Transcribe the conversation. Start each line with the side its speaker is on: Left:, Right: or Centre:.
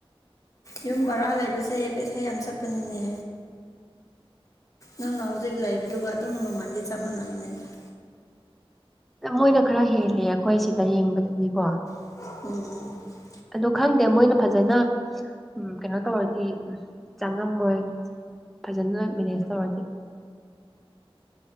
Left: ꯌꯨꯝ ꯕꯔꯥ ꯂꯩꯕꯁꯦ ꯄꯩꯁꯥ ꯌꯥꯝ ꯆꯠꯄꯅꯤꯅꯦ꯫ ꯅꯪꯅ ꯍꯧꯖꯤꯛ ꯂꯩꯕꯗꯨꯒ ꯑꯗꯨꯝ ꯃꯃꯟꯗꯤ ꯫ꯆꯞ ꯃꯥꯟꯅꯕꯅꯤꯗꯠ꯫
Centre: ꯃꯣꯏꯅ ꯈꯔ ꯍꯦꯜꯂꯦ ꯑꯩꯈꯣꯏ ꯁꯤꯗ ꯌꯦꯡꯕꯗꯗꯤꯀꯣ꯫
Left: ꯎꯝ꯫
Centre: ꯑꯗꯣ ꯈꯪꯗꯦ ꯃꯣꯏꯅ ꯐꯖꯅ ꯎꯝ ꯀꯩꯅꯣ ꯇꯧꯔꯗꯤ ꯎ ꯆꯪꯉꯝꯃꯣꯏ꯫ ꯐꯖꯅ ꯃꯦꯅꯦꯖ ꯇꯧꯔꯗꯤ꯫